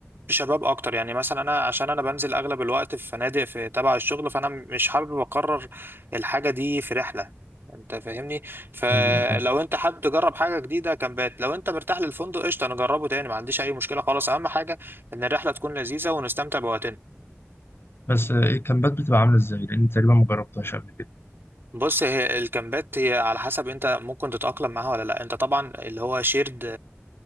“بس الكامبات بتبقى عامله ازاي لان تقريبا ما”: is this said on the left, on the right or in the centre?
Left